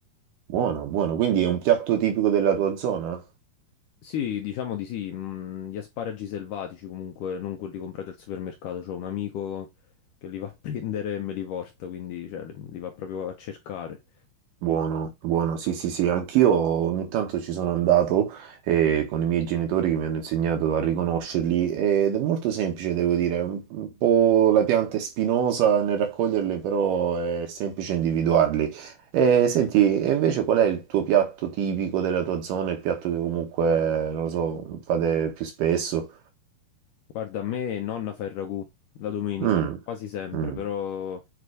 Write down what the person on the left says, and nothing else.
Sì, diciamo di sì, mm, gli asparagi selvatici comunque, non quelli comprati al supermercato, c'ho un amico che li va a <laughs> prendere e me li porta, quindi cioè, li va proprio a cercare.
Guarda, a me nonna fa il ragù la domenica,
quasi sempre,
però